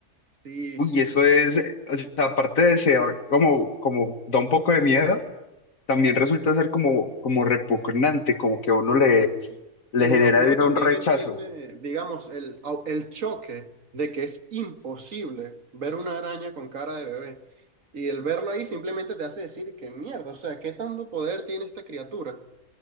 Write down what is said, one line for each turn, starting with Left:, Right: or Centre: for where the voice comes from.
Right: Sí,
Left: Uy,
Right: sí,
Left: eso es, eh, o sea, aparte de ser como, como da un poco de miedo, también resulta ser como, como repugnante, como que a uno le,
Right: Sí, sí.
Left: le
Right: Y uno,
Left: genera
Right: uno
Left: de una
Right: también
Left: un rechazo.
Right: entiende, digamos, el, au- el choque de que es imposible ver una araña con cara de bebé. Y el verlo ahí simplemente te hace decir que mierda, o sea, ¿qué tanto poder tiene esta criatura?